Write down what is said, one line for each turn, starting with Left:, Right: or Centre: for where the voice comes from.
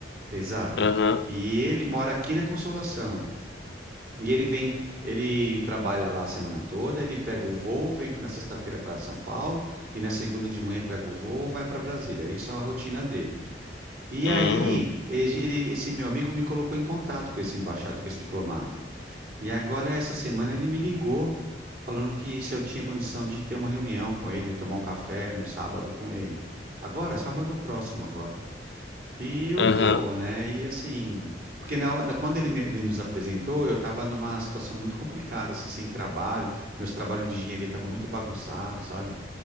Right: Exato.
Left: Aham.
Right: E ele mora aqui na Consolação. E ele vem, ele trabalha lá a semana toda, ele pega o voo, vem na sexta-feira para São Paulo e na segunda de manhã ele pega o voo, vai para Brasília. Isso é a rotina dele. E
Left: Hum,
Right: aí, ele- ele- esse meu amigo me colocou em contato com esse embaixador, com esse diplomata. E agora, essa semana, ele me ligou, falando que se eu tinha condição de ter uma reunião com ele, tomar um café no sábado com ele. Agora, sábado é o próximo agora. E eu,
Left: Aham.
Right: pô, né? E assim. Porque na- na- quando ele, me- ele nos apresentou, eu tava numa situação muito complicada, assim, sem trabalho. Meus trabalhos de engenharia estavam muito bagunçados, sabe?